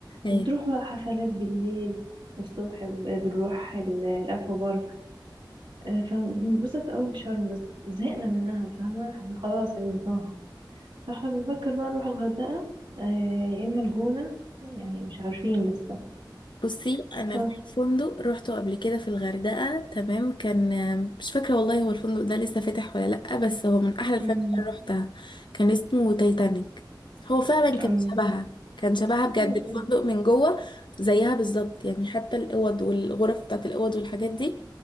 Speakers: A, on the left; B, on the right.
A: آه،
B: وبتروح بقى حفلات بالليل والصبح ب- بنروح ال- الاكوا بارك آه، فبنبسط قوي في شرم بس زهقنا منها فاهمة خلاص عرفناها فاحنا بنفكر بقى نروح الغردقة آه، يا إما الجونة يعني مش عارفين لسه
A: بصي انا
B: ف
A: في فندق روحته قبل كده في الغردقه تمام كان مش فاكره والله هو الفندق ده لسه فاتح ولا لا بس هو من احلى الفنادق
B: امم
A: اللي روحتها كان اسمه تايتانيك هو فعلا كان
B: أم،
A: شبهها كان شبهها بجد
B: بجد.
A: الفندق من جوه زيها بالظبط يعني حتى الاوض والغرف بتاعت الاوض والحاجات دي